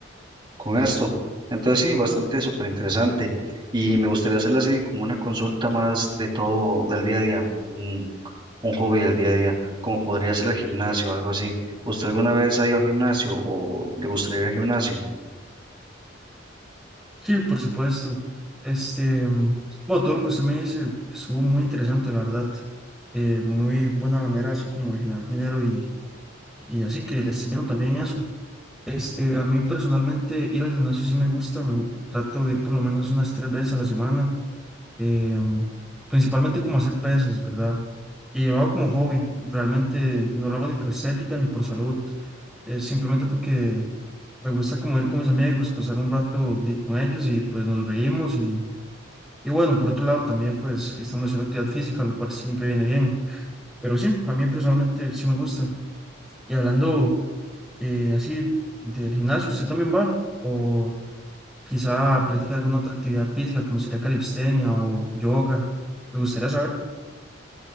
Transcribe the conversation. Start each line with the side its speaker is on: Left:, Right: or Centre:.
Right: con esto. Entonces sí, bastante súper interesante. Y me gustaría hacerlo así como una consulta más de todo del día a día, un, un hobby del día a día, como podría ser el gimnasio, algo así. ¿Usted alguna vez ha ido al gimnasio o le gustaría ir al gimnasio?
Centre: Sí, por supuesto. Este, mm, bueno, todo lo que usted me dice estuvo muy interesante, la verdad. Eh, muy buena manera así como de generar dinero y Y así que les enseñaron también eso. Este, a mí personalmente ir al gimnasio sí me gusta, me gu- trato de ir por lo menos unas tres veces a la semana, eh, principalmente como hacer pesas, ¿verdad? Y lo hago como hobby, realmente no lo hago ni por estética ni por salud, es simplemente porque me gusta como ir con mis amigos, pasar un rato de- con ellos y pues nos reímos y, y bueno, por otro lado también pues estamos haciendo actividad física, lo cual siempre viene bien, pero sí, a mí personalmente sí me gusta. Y hablando... eh, así del gimnasio, ¿usted también va? O quizá practica alguna otra actividad física, como sería calistenia o yoga. Me gustaría saber.